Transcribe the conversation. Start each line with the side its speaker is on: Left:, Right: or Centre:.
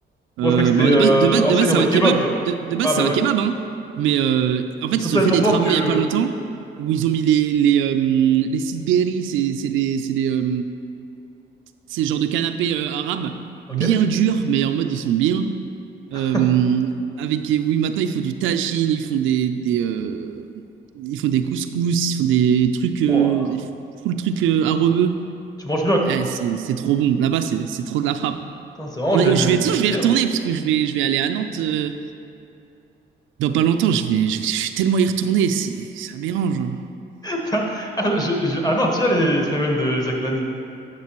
Right: Euh,
Left: Moi, je croyais que c'était
Right: bah,
Left: euh,
Right: de base, de base,
Left: enseigne
Right: de base, c'est
Left: en mode
Right: un kebab.
Left: kebab, tu vois.
Right: De, de base,
Left: Ah, bah
Right: c'est un
Left: ouais.
Right: kebab, hein. Mais euh, en fait,
Left: Ils sont
Right: ils
Left: tellement
Right: ont fait des
Left: forts
Right: travaux
Left: que... euh,
Right: il n'y a pas longtemps où ils ont mis les, les, euh, les sidberi, c'est c'est les, c'est les, euh, ces genres de canapés euh, arabes
Left: Ok.
Right: bien durs, mais en mode ils sont bien.
Left: <laughs>
Right: Euh, avec, oui, maintenant, ils font du tagine, ils font des, des, euh, ils font des couscous, ils font des trucs, euh,
Left: Ouah.
Right: ils font tout le truc euh, à rebeu.
Left: Tu manges bien, quoi.
Right: Ah, c'est c'est trop bon. Là-bas, c'est c'est trop de la frappe.
Left: Putain, c'est vraiment,
Right: Ouais,
Left: je, je,
Right: je vais, de
Left: je
Right: toute façon,
Left: vais
Right: je
Left: essayer
Right: vais y retourner
Left: alors.
Right: parce que je vais, je vais aller à Nantes euh, dans pas longtemps. Je vais, je vais, je vais tellement y retourner. C'est c'est aberrant, genre.
Left: <laughs> Ah, je- je- ah non, tu as les semaines de Zach Nani.